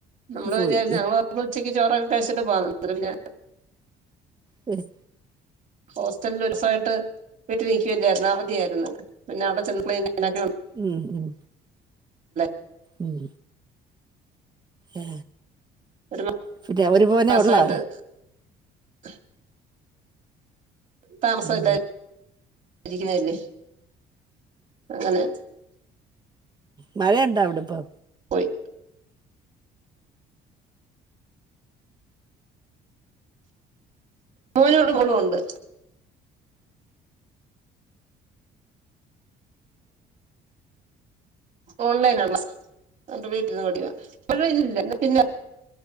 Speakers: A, on the right; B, on the right.
A: നമ്മള്
B: പോയി
A: വിചാരിച്ച ഞങ്ങള് ഓ ഉച്ചക്ക് ചോറൊക്കെ കഴിച്ചിട്ട് പോവാ പിന്നെ
B: ശരി
A: ഹോസ്റ്റലിൽ ഒരു ദിസമായിട്ട് വീട്ടിൽ നി ക്കല്ലായിരുന്നു അവധിയായിരുന്നു പിന്നെ അവിടെ ചെന്നക്കെല്ലെ
B: ഉം ഉം
A: <inaudible>
B: ഉം ഏ
A: ഒരു
B: പിന്നെ ഒരു മോനെ
A: മാസമായിട്ട്
B: ഉള്ളൂ
A: <unintelligible> താമസംല്ലരിക്കല്ലേ
B: ഉം
A: അങ്ങനെ
B: മഴ ഇണ്ട അവിടെപ്പൊ
A: പോയി മോനുണ്ട് മോളുമുണ്ട് ഓൺലൈന ക്ലാസ്റ്റ് ആണത് എന്നിട്ട് വീട്ടിൽന്ന് പഠിക്കുവ മഴ ഇന്നില്ല പിന്നെ